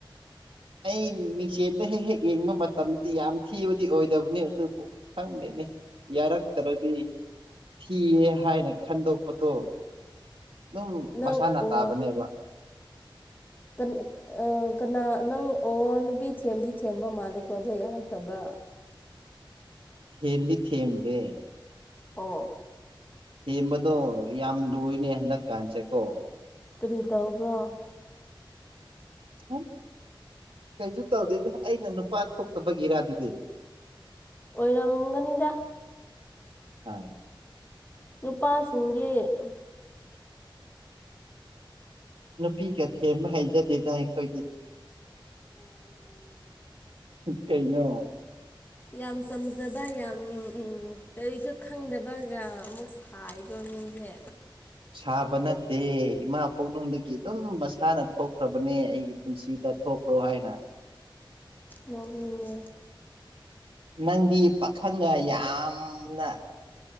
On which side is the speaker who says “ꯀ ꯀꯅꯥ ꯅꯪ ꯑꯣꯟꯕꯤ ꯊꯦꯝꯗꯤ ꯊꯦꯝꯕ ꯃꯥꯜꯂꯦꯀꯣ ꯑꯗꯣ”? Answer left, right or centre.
Left